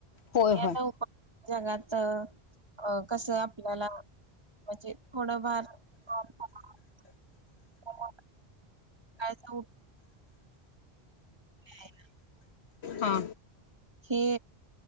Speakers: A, on the left; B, on the right.
A: होय होय
B: याचं उपाय जगात अ कसं आपल्याला म्हजे थोडंफार <unintelligible> <unintelligible> काय सा दे हाय ना
A: हा
B: हे